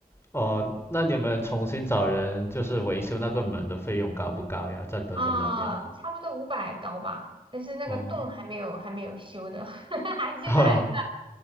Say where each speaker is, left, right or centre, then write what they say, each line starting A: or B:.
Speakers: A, on the left; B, on the right.
A: 哦，那你们重新找人就是维修那个门的费用高不高呀？在德州那边
B: 啊、差不多五百刀吧，但是那个洞还没有还没有修的，
A: 哦，
B: <laughs> 还现在还在。
A: 哈，